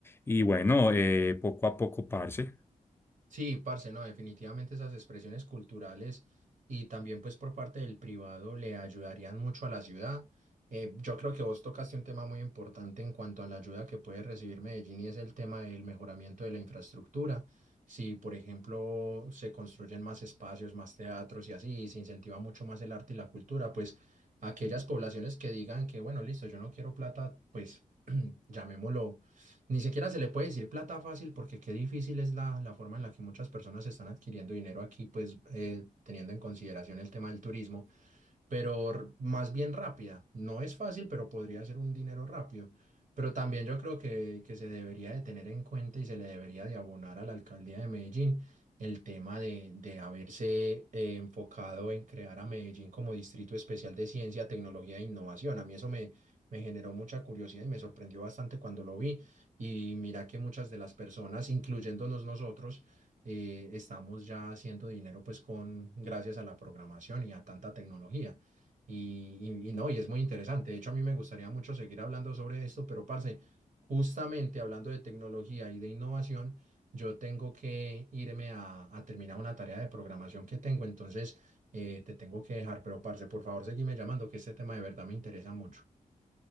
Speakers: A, on the left; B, on the right.
A: Y bueno, eh, poco a poco, parce.
B: Sí, parce, no, definitivamente esas expresiones culturales y también pues por parte del privado le ayudarían mucho a la ciudad. Eh, yo creo que vos tocaste un tema muy importante en cuanto a la ayuda que puede recibir Medellín y es el tema del mejoramiento de la infraestructura. Si, por ejemplo, se construyen más espacios, más teatros y así, y se incentiva mucho más el arte y la cultura, pues aquellas poblaciones que digan que, bueno, listo, yo no quiero plata, pues llamémoslo, ni siquiera se le puede decir plata fácil porque qué difícil es la, la forma en la que muchas personas están adquiriendo dinero aquí, pues eh, teniendo en consideración el tema del turismo pero r- más bien rápida. No es fácil, pero podría ser un dinero rápido. Pero también yo creo que, que se debería de tener en cuenta y se le debería de abonar a la alcaldía de Medellín el tema de, de haberse eh, enfocado en crear a Medellín como distrito especial de ciencia, tecnología e innovación. A mí eso me, me generó mucha curiosidad y me sorprendió bastante cuando lo vi. Y mira que muchas de las personas, incluyéndonos nosotros, eh, estamos ya haciendo dinero pues con gracias a la programación y a tanta tecnología. Y, y- y no, y es muy interesante. De hecho, a mí me gustaría mucho seguir hablando sobre esto, pero parce, justamente hablando de tecnología y de innovación, yo tengo que irme a, a terminar una tarea de programación que tengo, entonces eh, te tengo que dejar, pero parce, por favor, seguime llamando, que este tema de verdad me interesa mucho.